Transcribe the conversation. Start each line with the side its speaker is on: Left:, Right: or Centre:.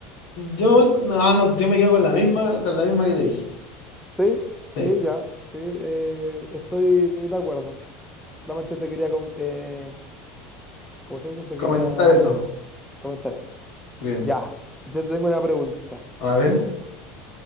Left: yo, no, no, yo me quedo con la misma, con la misma que te dije.
Centre: Sí, sí,
Left: Sí,
Centre: ya, sí, eh, estoy de acuerdo. Solamente te quería, com- eh, como se dice, te
Left: comentar
Centre: quería
Left: eso.
Centre: comentar eso.
Left: Bien.
Centre: Ya, yo te tengo una pregunta.
Left: A ver,